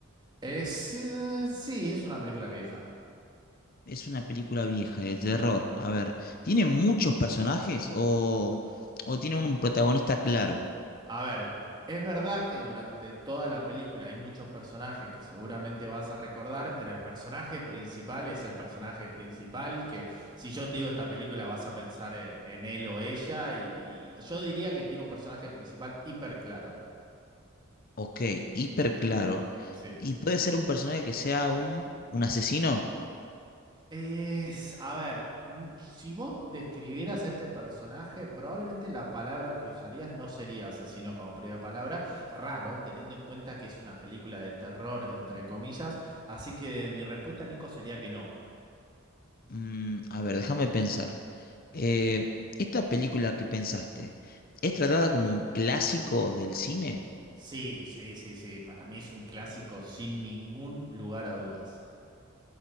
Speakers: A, on the right; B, on the left.
A: Es, eh, sí, es una película vieja.
B: Es una película vieja de terror. A ver, ¿tiene muchos personajes o, o tiene un protagonista claro?
A: A ver, es verdad que durante toda la película hay muchos personajes que seguramente vas a recordar, pero el personaje principal es el personaje principal, que si yo te digo esta película vas a pensar en, en él o ella, y, y yo diría que tiene un personaje principal hiper claro.
B: Ok, hiper claro.
A: Sí.
B: ¿Y puede ser un personaje que sea un, un asesino?
A: Es, a ver, mm, si vos describieras este personaje, probablemente la palabra que usarías no sería asesino como primera palabra. Raro, teniendo en cuenta que es una película de terror, entre comillas. Así que mi respuesta, Nico, sería que no.
B: Mm, a ver, déjame pensar.
A: Sí.
B: Eh, ¿esta película que pensaste es tratada como un clásico del cine?
A: Sí, sí, sí, sí. Para mí es un clásico sin ningún lugar a dudas.